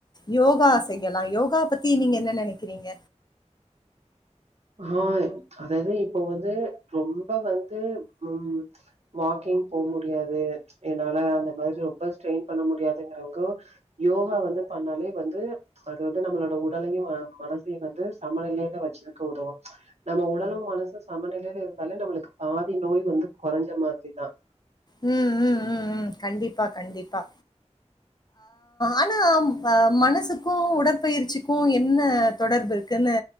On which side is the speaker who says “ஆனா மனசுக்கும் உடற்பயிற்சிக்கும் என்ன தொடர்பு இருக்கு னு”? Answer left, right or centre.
Left